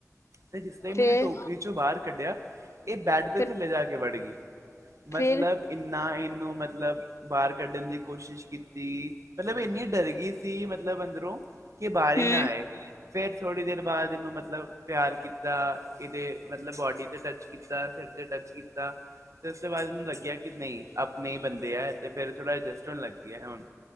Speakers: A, on the right; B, on the left.
A: ਤੇ ਜਿਸ ਤਰ੍ਹਾਂ ਮੈਨੂੰ
B: ਫੇਰ
A: ਟੋਕਰੀ ਚੋ ਬਾਹਰ ਕੱਢਿਆ, ਇਹ ਬੈੱਡ ਦੇ
B: ਫਿਰ
A: ਥੱਲੇ ਜਾ ਕੇ ਵੜ ਗਈ ਮਤਲਬ
B: ਫਿਰ
A: ਇੰਨਾ ਇਹਨੂੰ ਮਤਲਬ ਬਾਹਰ ਕੱਢਣ ਦੀ ਕੋਸ਼ਿਸ਼ ਕੀਤੀ, ਮਤਲਬ ਇੰਨੀ ਡਰ ਗਈ ਸੀ ਮਤਲਬ ਮਤਲਬ ਅੰਦਰੋਂ, ਕਿ ਬਾਹਰ ਈ
B: ਹਮ
A: ਨਾ ਆਏ। ਫਿਰ ਥੋੜ੍ਹੀ ਦੇਰ ਬਾਅਦ ਇਹਨੂੰ ਮਤਲਬ ਪਿਆਰ ਕੀਤਾ ਇਹਦੇ ਮਤਲਬ ਬੋਡੀ ਤੇ ਟੱਚ ਕੀਤਾ ਫਿਰ ਤੇ ਟਚ ਕੀਤਾ। ਤੇ ਉਸ ਤੋਂ ਬਾਅਦ ਇਹਨੂੰ ਲੱਗਿਆ ਕਿ ਨਹੀ ਆਪਣੇ ਈ ਬੰਦੇ ਆ ਤੇ ਫਿਰ ਥੋੜ੍ਹਾ ਅਡਜਸਟ ਹੋਣ ਲੱਗੀਆ ਹੁਣ।